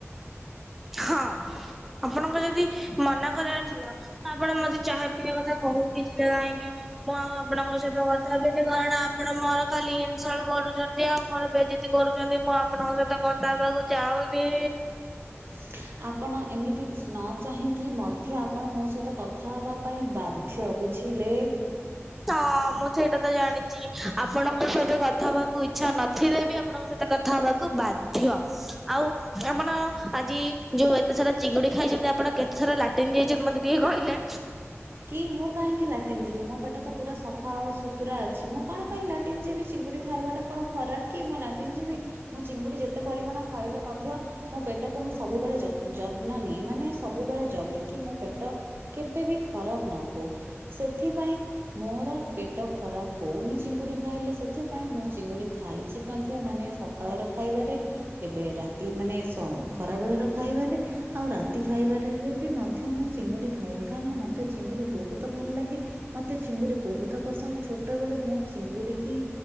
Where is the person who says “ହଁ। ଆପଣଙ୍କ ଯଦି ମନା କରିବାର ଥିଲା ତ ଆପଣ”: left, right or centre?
Centre